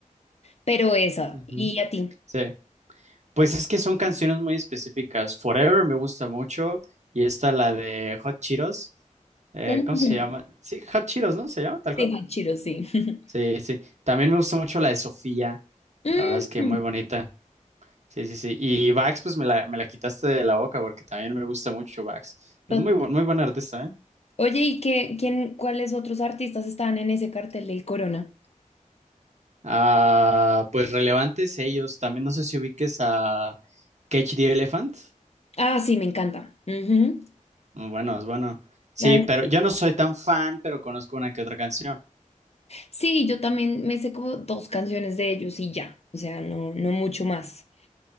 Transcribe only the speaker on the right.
Ujú.
sí. Pues es que son canciones muy específicas. Forever me gusta mucho y esta la de Hot Cheetos. eh,
¿cómo se llama? Sí, Hot Cheetos, ¿no? ¿Se llama tal cual?
Sí, sí. También me gusta mucho la de Sofía.
La verdad es que muy bonita. Sí, sí, sí. Y Vax, pues me la, me la quitaste de la boca porque también me gusta mucho Vax. Es
muy, bu- muy buen artista, ¿eh?
Ah, pues relevantes ellos. También no sé si ubiques a Cage the Elephant.
Muy bueno, es bueno. Sí,
pero yo no soy tan fan, pero conozco una que otra canción.